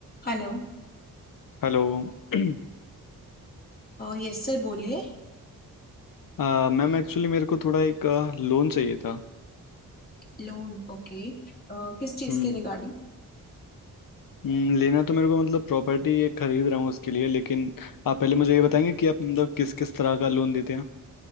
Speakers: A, on the left (about 25°); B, on the left (about 65°).
A: Hello
B: Hello <clears throat>
A: Yes sir बोलिए
B: आ, Ma'am actually मेरे को थोड़ा एक लोन चाहिए था
A: Loan okay किस चीज़
B: हम्म
A: के रिगार्डिंग
B: हम्म, लेना तो मेरे को मतलब प्रॉपर्टी ये खरीद रहा हूँ उसके लिए लेकिन आप पहले मुझे ये बताएंगे कि आप मतलब किस किस तरह का लोन देते हैं